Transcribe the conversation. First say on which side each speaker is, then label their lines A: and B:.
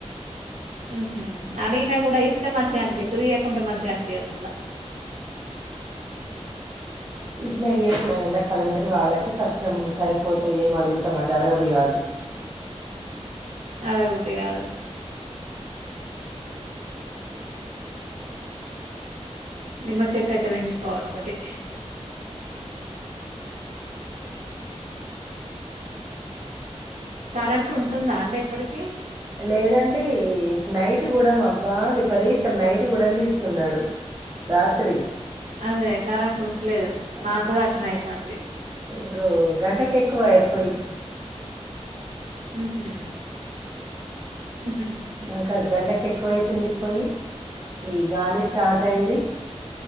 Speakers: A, on the right; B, on the right.
A: ఉహు అడిగినా కూడా ఇస్తే మంచిగా అనిపిస్తది ఇయ్యకుంటే మంచిగా అనిపియదు మళ్ళ
B: ఇట్ల అయ్యప్పుడ ఎండాకాలం మీద వాళ్ళకి కష్టం సరిపోతాయి ఏం అడుగుతామండి అడగబుయాదు
A: అడగ బుద్ధి గాదు. నిమ్మ చెట్టు అయితే వెంచుకోవాలి ఒకటి. కరెంటుంటుందా అండి ఎప్పటికిీ.
B: లేదండీ ఇగ నైట్ గుడమ్ అబ్బా విపరీతం నైట్ కూడామ్ దీస్తున్నాడు. రాత్రి.
A: అదే కరెంట్టుంట్లేదు
B: ఆ
A: మా గూడా అట్లనే అయితంది.
B: ఇప్పుడు గంటకేక్కువాయే పోయి.
A: ఉహు హు.
B: ఇంకా గంటకేక్కువయితుంది పోయి ఈ గాలి స్టార్ట్ అయింది.